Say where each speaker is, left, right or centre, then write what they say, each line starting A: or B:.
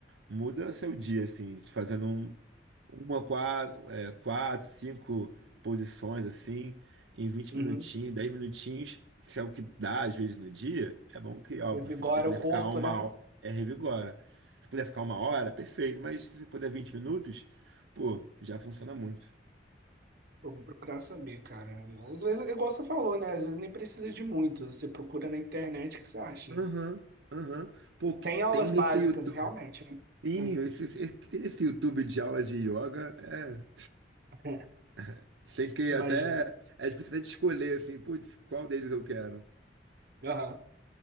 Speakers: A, on the right; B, on the right.
A: muda o seu dia, assim, fazendo um- uma, quatro, é, quatro, cinco posições, assim, em vinte
B: Uhum.
A: minutinhos, 10 minutinhos, que é o que dá às vezes no dia. É bom que, óbvio,
B: Revigora
A: se você puder
B: o corpo,
A: ficar uma
B: né?
A: hora, é revigora. Se puder ficar uma hora, perfeito, mas se você puder 20 minutos, pô, já funciona muito.
B: Pô, vou procurar saber, cara. Às vezes, igual você falou, né? Às vezes nem precisa de muito. Você procura na internet o que você acha,
A: Aham,
B: né?
A: aham. Pô, o que
B: Tem aulas
A: tem nesse
B: básicas,
A: YouTube?
B: realmente, né?
A: Sim,
B: Hum,
A: esse, esse, que tem esse YouTube de aula de yoga, é,
B: <laughs>
A: <laughs> tem que
B: Imagino.
A: até, é difícil até de escolher, assim, putz, qual deles eu quero.
B: Aham,